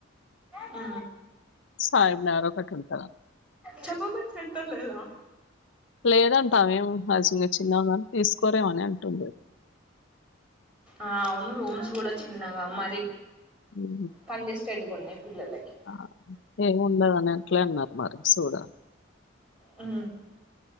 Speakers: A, in the centre; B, on the left.
A: ఉ
B: సాయి నగర్ ఒకటి ఉంటది అంతే
A: చప్ప పేట సెంటర్ లేదా
B: లేదంటా ఆమె ఏమో ఆజంగా చిన్న కాని తీసుకోరేమని అంటుండు
A: ఆ ఉ రూమ్స్ కూడా చిన్నగా మరి
B: హ్మ్.
A: కనిచేస్ట్డ్గు ఉన్నాయి పిల్లలకి
B: ఆ అట్ల ఏమి ఉండదుని అట్లే అన్నారు మరి సుడాలి
A: ఉ